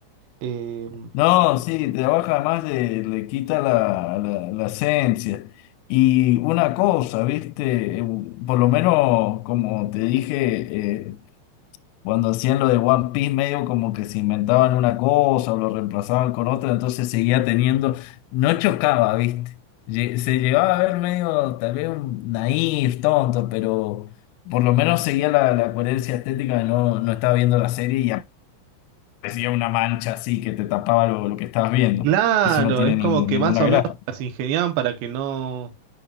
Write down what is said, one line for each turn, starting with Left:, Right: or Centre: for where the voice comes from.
Right: Eh,
Left: No, sí, trabaja además, le, le quita la, la, la esencia. Y una cosa, viste, Eh, por lo menos como te dije, eh, Cuando hacían lo de One Piece, medio como que se inventaban una cosa o lo reemplazaban con otra, entonces seguía teniendo, no chocaba, ¿viste? Lle- Se llevaba a ver medio, tal vez un naif, tonto, pero por lo menos seguía la, la coherencia estética, no, no estaba viendo la serie y aparecía una mancha así que te tapaba lo, lo que estabas viendo,
Right: Claro,
Left: que eso no tiene
Right: es como
Left: ningún-
Right: que
Left: ninguna
Right: más o
Left: gracia,
Right: menos las ingeniaban para que no,